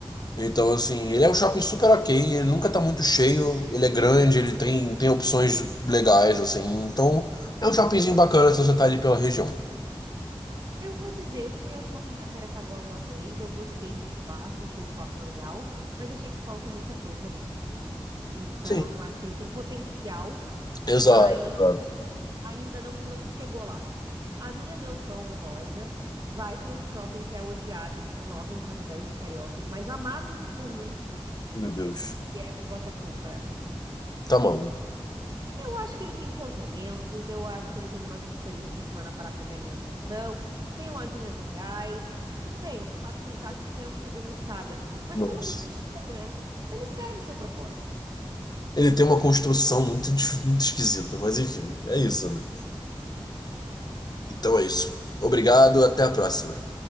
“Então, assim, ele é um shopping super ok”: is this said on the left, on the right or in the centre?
Left